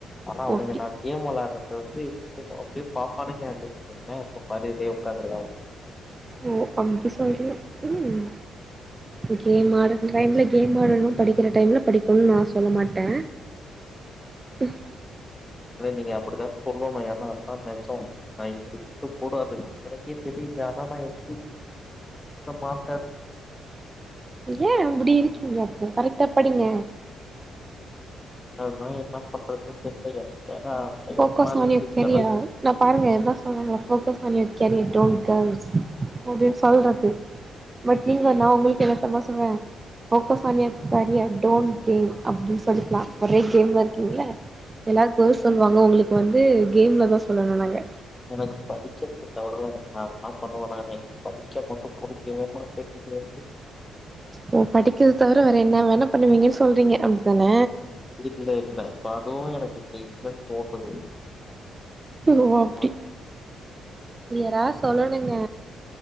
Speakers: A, on the left (about 25°); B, on the right (about 30°).
A: ஆனா அவனுங்க
B: ஓ அப்டி
A: தா கேம் வெளாடுறது வந்து அப்டியே பாப்பானுங்க எப்பாரு இதே உட்காந்துருக்கனு
B: ஓ அப்டி சொல்றியா ம் கேம் ஆட்ற டைம்ல கேம் ஆடணு படிக்கிற டைம்ல படிக்கணுன்னு நா சொல்ல மாட்டே ம்
A: அத நீங்க அப்புடிதா சொல்லணு எனா அதா நெஜோ நா இப்டி இருக்க கூடாது எனக்கே தெரியுது ஆனா நா எப்டி இருக் ட்ட பாத்த
B: ஏ அப்புடி இருக்கீங்க அப்போ கரெட்டா படிங்க
A: அதா என்ன பண்றதுனு தெரில எனா பயமா
B: ஃபோக்கஸ்
A: இருக்கு
B: ஆன் யுவர் கெரியர்
A: கடே
B: நா பாருங்க எதா சொல்றேல focus on your career don't girls அப்புடின் சொல்றது பட் நீங்க நா உங்களுக்கு என்ன சமா சொல்லுவெ focus on your career don't game அப்புடி சொல்லிக்கலா ஒரே கேம்ல இருக்கீங்கள எல்லாரு கேல்ஸ் சொல்லுவாங்க உங்களுக்கு வந்து கேம்ல தா சொல்லனு நாங்க
A: எனக்கு படிக்க <unintelligible> நா என்ன பண்ண நானே படிக்க மட்டு பிடிக்கவே மாட்டீங்குது
B: ஓ படிக்கற்த தவிர வேற என்ன வேணா பண்ணுவீங்கன்னு சொல்றீங்க அப்டித்தான
A: இல்ல இல்ல இப்ப அதுவு எனக்கு இப்போ இல்லன்னு தோணுது
B: ஓ அப்டி
A: இப்ப வந்து
B: க்ளியரா சொல்லனுங்க